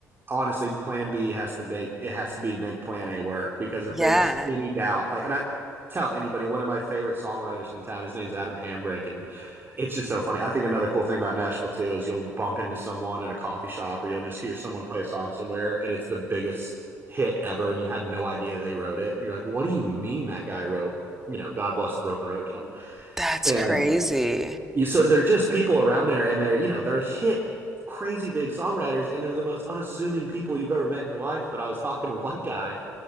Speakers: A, on the right; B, in the centre.
A: honestly plan b has to make it has to be make plan a work because if
B: Yeah,
A: there's any doubt like and i tell anybody one of my favorite songwriters in town his name's adam hambrick and it's just so funny i think another cool thing about nashville too is you'll bump into someone at a coffee shop or you'll just hear someone play a song somewhere and it's the biggest hit ever and you had no idea they wrote it and you're like what do you mean that guy wrote you know god bless the broken road or something
B: that's
A: and
B: crazy.
A: you, so they're just people around there, and they're you know they're hit crazy big songwriters, and they're the most unassuming people you've ever met in your life. But I was talking to one guy,